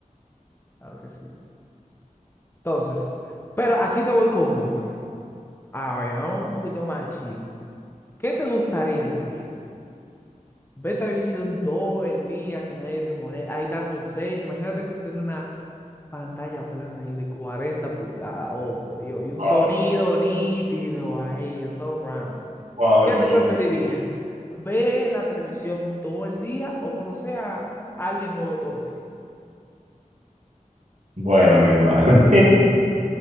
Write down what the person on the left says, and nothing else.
claro que sí. Entonces, pero aquí te voy con otra. A ver, vamos un poquito más chill. ¿Qué te gustaría a ti? Ver televisión todo el día, que nadie te moleste. Ahí está tu serie. Imagínate que tú tienes una Pantalla plana ahí de 40 pulgadas, oh, por Dios, y un
sonido nítido ahí, un surround.
¿Qué te
preferiría? <laughs> ¿Ver la televisión todo el día o conocer a alguien nuevo todos los días?